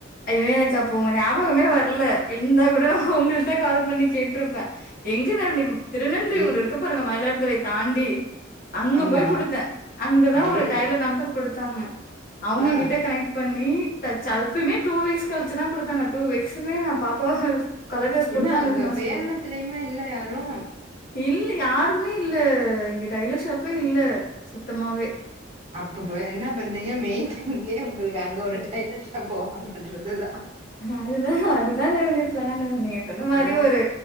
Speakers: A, on the left; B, on the right.
A: ஐயோ எனக் அப்ப உங்க ஞாபகமே வரல இருந்தா கூட நா உங்கள்ட்ட கால் பண்ணி கேட்டுருப்பே எங்க நல்டி திருநன்றி ஊர்
B: எங்
A: இருக்க பாருங்க மயிலாடுதுறை தாண்டி அங்க
B: ஆமா
A: போய் குடுத்தே அங்கதா
B: அய்யய்யோ
A: ஒரு டைலர் நம்பர் குடுத்தாங்க அவுங்க
B: ஆ
A: கிட்ட கனெக்ட் பண்ணி தச்ச ஆப்பியுமே டூ வீக்ஸ் கழிச்சிதா குடுத்தாங்க டூ வீக்ஸ்ஸுமே நா பாப்பாவ கலர் ட்ரெஸ் போட்டு
B: என்ன
A: தான் அனுப்புன
B: அங்க பேரளத்திலியுமா
A: ஸ்கூல்
B: இல்ல யாரு
A: இல்ல யாருமே இல்ல இங்க டைலர் ஷாப்பே இல்ல சுத்தமாவே
B: அப்பப்ப என்ன பண்றீங்க மெயின் இங்கே உங்களுக்கு அங்க ஒரு ட்டைலர் போன்றறது தா
A: அதுதா அதுதானே நடந்து பிளான் நீங்க சொன்ன மாரி
B: ஆ
A: ஒரு